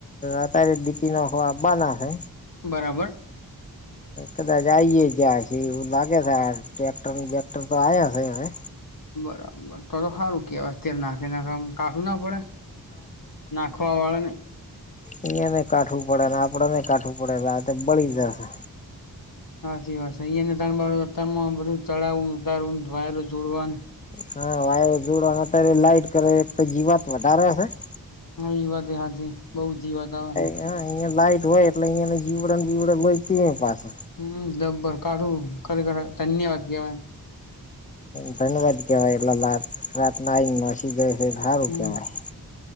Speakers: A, on the left (about 20°); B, on the left (about 60°).
A: અત્યારે ડીપી નોખવા આબના હે
B: બરાબર
A: કદાચ આઈ જયા એવું લાગે છે ટ્રેક્ટર બેક્ટર તો આવયા છે હવે
B: બરાબર. તો તો સારું કેહેવાય તે નાખી નાખ કાઢું ના પડે નાખવા વાળા ને
A: અહયા નને કાઠવું પડે આપડ નને કાઠવું પડે આ બળી જશે
B: હચી વાત છે અહીંયા ને તણણ માં બધું ચડાવું ઉતારવું વાયરો જોડવા
A: હા વાયરો જોડવાના અત્યારે લાઈટ કરે તો જીવાત વધારે હશે
B: હા ઈ વાત હાજ બઉ જી વાત આવે
A: હ અહંયા લાઈટ હોય એટલે અહંયાને જીવણ બીવડ હોય પ પાછ
B: હમ જબ્બર કાઢું ખરખર ધન્યવાદ કેેવાય
A: હ ધન્યવાદ કેવા એલા રાત ના ન જાય છે હારું
B: હમ
A: કેવાય